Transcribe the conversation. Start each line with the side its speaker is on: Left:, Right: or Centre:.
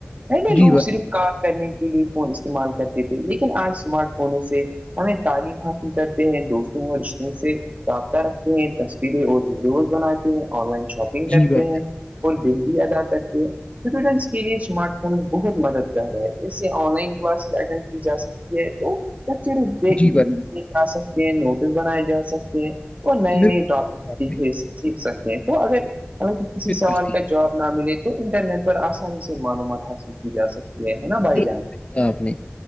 Right: پہلے لوگ
Left: جی بھائی
Right: صرف کار کرنے کے لیے فون استعمال کرتے تھے لیکن آج اسمارٹ فونوں سے ہمیں تعلیم حاصل کرتے ہیں دوستوں اور رشتوں سے رابطہ رکھتے ہیں سھے اور ویڈیوز بناتے ہیں آن لائن شاپنگ کرتے
Left: جی بھائی
Right: ہیں اور بل بھی ادا کرتے ہیں ر اس کے لیے اسمارٹ بہت مددگار ہے اس سے آن لائن کلاسز اٹینڈ کی جا سکتی ہے تو ب صرف دیک
Left: جی
Right: دیکھ
Left: بھائی
Right: آ سکتے ہیں نوٹس بنائے جا سکتے ہیں اور نئے
Left: بالکل
Right: نئے ٹاپک
Left: کہا آپ
Right: سیکھ
Left: نے
Right: سکتے ہیں تو اگر ہمیں کسی
Left: بالکل
Right: سوال
Left: صحیح
Right: کا جو جواب نہ ملے تو انٹرنیٹ پر آسانی سے معلومات حاصل کی جا سکتی یہ ہے نا
Left: بالکل
Right: بھائی جان
Left: کہا آپ نے